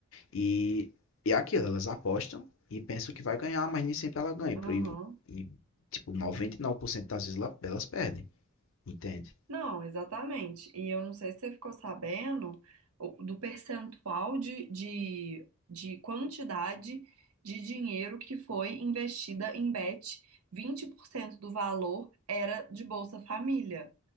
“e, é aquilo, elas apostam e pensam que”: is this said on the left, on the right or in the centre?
Left